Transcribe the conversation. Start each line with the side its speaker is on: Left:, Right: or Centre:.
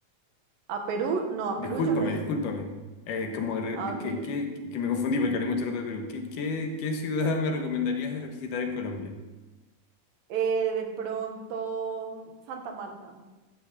Right: A Perú, no, a
Left: Discúlpame,
Right: Perú yo no he
Left: discúlpame.
Right: ido.
Left: Eh, como re-
Right: Ah,
Left: de
Right: ok.
Left: que, que, que me confundí porque hablé mucho rato de Perú. ¿Qué, qué, qué ciudad me recomendarías visitar en Colombia?
Right: Eh, de pronto, mm, Santa Marta,